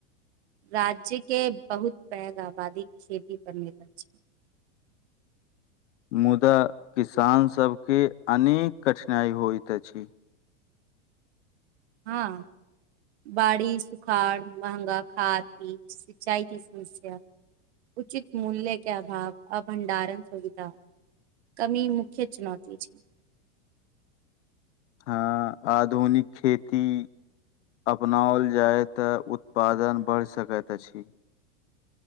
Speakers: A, on the right (about 60°); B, on the left (about 75°).
A: राज्य के बहुत पैघ आबादी खेती पर निर्भर अछि
B: मुदा किसान सब के अनेक कठिनाई होइत अछि।
A: हँ बाड़ी सुखाड़ महंगा खाद बीज सिंचाई के समस्या उचित मूल्य के अभाव आ भंडारण सुविधा कमी मुख्य चुनौती छै।
B: हँ आधुनिक खेती अपनाओल जाय तऽ उत्पादन बढ़ि सकैत अछि।